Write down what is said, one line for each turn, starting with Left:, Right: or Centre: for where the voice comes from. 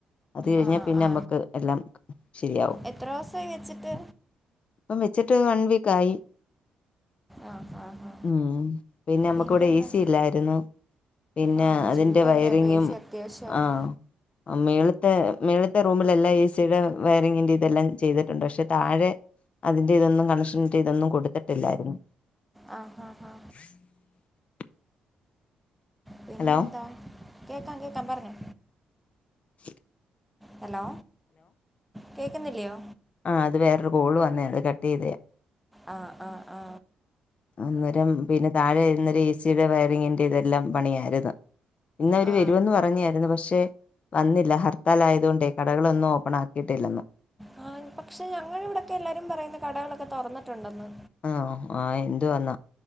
Left: അത് കഴിഞ്ഞാ
Centre: ആ
Left: പിന്നെ
Centre: ആ
Left: നമ്മക്ക് എല്ലാം ശെരിയാവും
Centre: എത്ര ദിവസായി വെച്ചിട്ട്
Left: ഇപ്പം വെച്ചിട്ട് വൺ വീക്ക് ആയി
Centre: ആ ആ ആ
Left: ഉം പിന്നെ നമുക്കിവിടെ
Centre: പിന്നെന്താ
Left: എസി ഇല്ലായിരുന്നു പിന്നെ
Centre: ആ
Left: അതിന്റെ
Centre: ചൂടല്ലേ
Left: വയറിങ്ങും
Centre: അപ്പോൾ എ സി അത്യാവശ്യമാണ്
Left: ആ മേള് ത് മേളിത്തെ റൂമില് എല്ലാം എ സിയുടെ വയറിങ്ങിന്റെ ഇതെല്ലാം ചെയ്തിട്ടുണ്ട് പക്ഷെ താഴെ അതിന്റെ ഇതൊന്നും കണക്ഷൻ ഇതൊന്നും കൊടുത്തിട്ടില്ലായിരുന്നു <inaudible>
Centre: ആ ഹാ ഹാ പിന്നെന്താ
Left: ഹലോ
Centre: കേൾക്കാം കേൾക്കാം പറഞ്ഞോ
Left: <inaudible>
Centre: ഹലോ കേക്ക്ന്നില്ലയോ?
Left: ആഹ്ആ അത് വേറൊര് കോള് വന്നേയാ അത് കട്ട് എയ്തതാ
Centre: ആ ആ ആ
Left: അന്നേരം പിന്നെ താഴെ ന്നേരം എ സിയുടെ വയറിങ്ങിൻ്റെ ഇതെല്ലാം പണിയായിരുന്നു ഇന്നവര്
Centre: ആ
Left: വരുമെന്ന് പറഞ്ഞായിരുന്നു പക്ഷെ വന്നില്ല ഹർത്താലായതുകൊണ്ടേ കടകളൊന്നും ഓപ്പൺ ആക്കിയിട്ടില്ലെന്ന്
Centre: ആ പക്ഷേ ഞങ്ങളിവിടെക്കെ എല്ലാരും പറയുന്ന കടകളൊക്കെ തുറന്നിട്ടുണ്ടെന്ന്
Left: ആണോ? ആഹ്ആ എന്തുവാന്ന